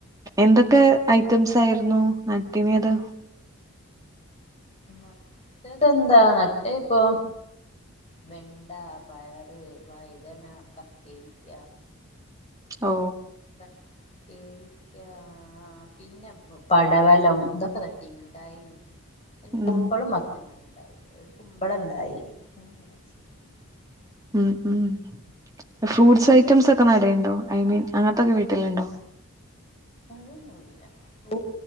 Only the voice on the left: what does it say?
നട്ടതെന്താ നട്ടേ ഇപ്പോ വെണ്ട പയറ് വഴുതന കക്കരിക്ക
കക്കേരിക്ക പിന്നെ പടവലം ഇതൊക്കെ നട്ടിട്ടുണ്ടായി ഒരു
കുമ്പളം മത്തനുമാണ് ഒരു കുമ്പളം ഉണ്ടായി <unintelligible>
അതൊന്നുല്ല